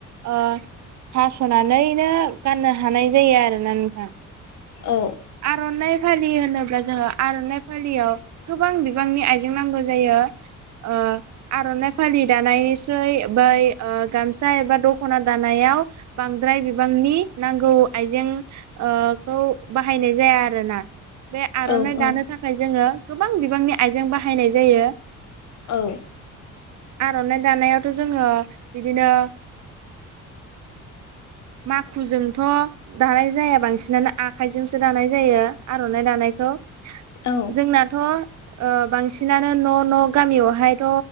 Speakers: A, on the right; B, on the left.
A: ओ हास'नानैनो गाननो हानाय जायो आरोना नोंथां
B: औ
A: आर'नाय नाय फालि फालि होनोब्ला जोङो आर'नाइ फालियाव गोबां बिबांनि आइजें नांगौ जायो ओ आर'नाइ फालि दानायनि सुय बै गामसा एबा दख'ना दानायाव बांद्राय बिबांनि नांगौ आइजें ओ खौ बाहायनाय जाया आरोना बे आर'नाइ
B: औ औ
A: दानो थाखाय जोङो गोबां बिबांनि आइजें बाहायनाय जायो
B: औ
A: आर'ना दानायवथ' जोङो बिदिनो। माखुजोंथ' दानाय जाया बांसिनानो आ आखाइजोंसो दानाय जायो आर'नाइ दानायखौ
B: औ
A: जोंनाथ' ओ बांसिनानो न' न' गामियावहायथ'